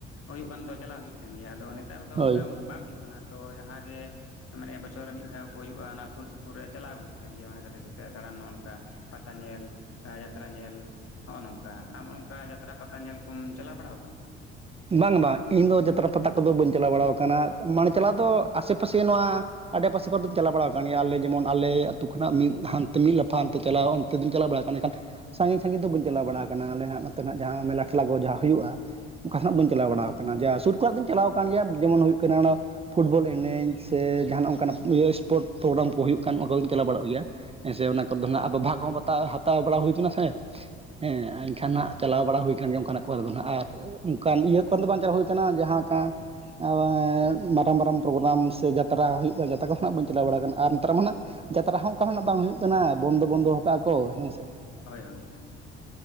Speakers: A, on the left; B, on the right.
A: ᱦᱩᱭᱩᱜ ᱠᱟᱱ ᱫᱚ ᱪᱟᱞᱟᱣ ᱦᱩᱭᱩᱜ ᱛᱟᱦᱮᱱ ᱜᱮᱭᱟ ᱟᱫᱚ ᱱᱮᱛᱟᱨ ᱫᱚ
B: ᱦᱳᱭ
A: ᱚᱱᱠᱟ ᱩᱱᱟᱹᱜ ᱵᱟᱝ ᱦᱩᱭᱩᱜ ᱠᱟᱱᱟ ᱛᱚ ᱡᱟᱦᱟᱸᱜ ᱜᱮ ᱢᱟᱱᱮ ᱵᱚᱪᱷᱚᱨ ᱢᱤᱫ ᱫᱷᱟᱣ ᱠᱚ ᱦᱩᱭᱩᱜᱼᱟ ᱚᱱᱟ ᱥᱩᱨ ᱥᱩᱯᱩᱨ ᱨᱮ ᱪᱟᱞᱟᱣ ᱦᱩᱭᱩᱜ ᱛᱟᱦᱮᱱ ᱜᱮᱭᱟ ᱚᱱᱟ ᱜᱟᱛᱮ ᱥᱟᱛᱮ ᱫᱟᱬᱟᱱ ᱱᱚᱜ ᱱᱚᱝᱠᱟ ᱯᱟᱛᱟ ᱧᱮᱞ ᱡᱟᱛᱨᱟ ᱧᱮᱞ ᱱᱚᱜᱼᱚ ᱱᱚᱝᱠᱟ ᱟᱢ ᱚᱝᱠᱟ ᱡᱟᱛᱨᱟ ᱯᱟᱛᱟ ᱧᱮᱞ ᱠᱚᱢ ᱪᱟᱞᱟᱣ ᱵᱟᱲᱟ ᱠᱟᱱᱟ
B: ᱵᱟᱝ ᱵᱟᱝ ᱤᱧ ᱫᱚ ᱡᱚᱛᱨᱟ ᱯᱟᱛᱟ ᱠᱚᱫᱚ ᱵᱟᱹᱧ ᱪᱟᱞᱟᱣ ᱵᱟᱲ ᱠᱟᱱᱟ ᱢᱟᱱᱮ ᱪᱟᱞᱟᱣ ᱫᱚ ᱟᱥᱮᱯᱟᱥᱮ ᱱᱚᱣᱟ ᱟᱰᱮᱯᱟᱥᱮ ᱠᱚᱨᱮ ᱫᱚᱧ ᱪᱟᱞᱟᱣ ᱵᱟᱲᱟ ᱠᱟᱱ ᱜᱮᱭᱟ ᱟᱞᱮ ᱡᱮᱢᱚᱱ ᱟᱞᱮ ᱟ ᱟᱹᱛᱩ ᱠᱷᱚᱱᱟᱜ ᱢᱤᱫ ᱦᱟᱱᱛᱮ ᱢᱤᱫ ᱞᱟᱯᱷᱟ ᱦᱟᱱᱛᱮ ᱪᱟᱞᱟᱣ ᱱᱮᱫᱩᱧ ᱪᱟᱞᱟᱣ ᱵᱟᱲᱟ ᱟᱠᱟᱱᱟ ᱮᱱᱠᱷᱟᱱ ᱥᱟᱺᱜᱤᱧ ᱥᱟᱺᱜᱤᱧ ᱵᱟᱹᱧᱟᱣ ᱵᱟᱲᱟ ᱟᱠᱟᱱᱟ ᱟᱞᱮ ᱦᱟᱜ ᱱᱚᱛᱮᱱᱟᱜ ᱡᱟᱦᱟᱸ ᱢᱮᱞᱟ ᱴᱮᱞᱟ ᱠᱚ ᱡᱟᱦᱟᱸ ᱦᱩᱭᱩᱜᱼᱟ ᱚᱠᱟ ᱦᱟᱸᱜ ᱠᱷᱚᱱᱟᱜ ᱵᱟᱹᱧ ᱪᱟᱞᱟᱣ
A: ᱦᱳᱭ
B: ᱵᱟᱲᱟᱟᱣ ᱟᱠᱟᱱᱟ ᱡᱮ ᱥᱩᱨ ᱠᱷᱨᱮᱱᱟᱜ ᱫᱚᱧ ᱪᱟᱞᱟᱣ ᱟᱠᱟᱱ ᱜᱮᱭᱟ ᱡᱮᱢᱚᱱ ᱦᱩᱭᱩᱜ ᱠᱟᱱᱟ ᱚᱱᱟ ᱯᱷᱩᱴᱵᱚᱞ ᱮᱱᱮᱡ ᱥᱮ ᱡᱟᱦᱟᱱᱟᱜ ᱚᱱᱠᱟᱱᱟᱜ ᱤᱭᱟᱹ ᱥᱯᱳᱨᱴ ᱯᱨᱳᱜᱨᱟᱢ ᱠᱚ ᱦᱩᱭᱩᱜ ᱠᱟᱱ ᱚᱱᱟ ᱠᱚᱧ ᱪᱟᱞᱟᱣ ᱵᱟᱲᱟᱜ ᱜᱮᱭᱟ ᱦᱮᱸ ᱥᱮ ᱚᱱᱟ ᱠᱚᱫᱚ ᱦᱱᱟᱜ ᱟᱵᱚ ᱵᱷᱟᱜᱽ ᱦᱟᱛᱟᱣ ᱵᱟᱲᱟ ᱦᱩᱭᱵᱚᱱᱟ ᱥᱮ ᱦᱮᱸ ᱮᱱᱠᱷᱟᱱ ᱦᱟᱸᱜ ᱪᱟᱞᱟᱣ ᱵᱟᱲᱟ ᱦᱩᱭ ᱠᱟᱱᱟᱱ ᱜᱮᱭᱟ ᱚᱱᱠᱟᱱᱟᱜ ᱠᱚᱨᱮ ᱫᱚ ᱦᱟᱸᱜ ᱟᱨ ᱚᱱᱠᱟᱱ ᱤᱭᱟᱹ ᱠᱚᱨᱮ ᱫᱚ ᱵᱟᱝ ᱪᱟᱞᱟᱣ ᱦᱩᱭ ᱠᱟᱱᱟ ᱡᱟᱦᱟᱸᱠᱟ ᱟᱦᱮᱸᱫ ᱢᱟᱨᱟᱝ ᱢᱟᱨᱟᱝ ᱯᱨᱳᱜᱨᱟᱢ ᱥᱮ ᱡᱟᱛᱨᱟ ᱦᱩᱭᱩᱜ ᱠᱟᱱᱟ ᱡᱟᱛᱨᱟ ᱠᱚ ᱠᱚ ᱱᱟᱦᱟᱸᱜ ᱵᱟᱹᱧ ᱪᱟᱞᱟᱣ ᱵᱟᱲᱟ ᱠᱟᱱᱟ ᱟᱨ ᱱᱮᱛᱟᱨ ᱢᱟ ᱱᱟᱜ ᱡᱟᱛᱨᱟ ᱦᱚᱸ ᱚᱱᱠᱟᱱᱟᱜ ᱵᱟᱝ ᱦᱩᱭᱩᱜ ᱠᱟᱱᱟ ᱵᱚᱱᱫᱚ ᱵᱚᱱᱫᱚ ᱠᱟᱜ ᱠᱚ ᱦᱮᱸ ᱥᱮ
A: ᱦᱳᱭ ᱦᱳᱭ ᱦᱳᱭ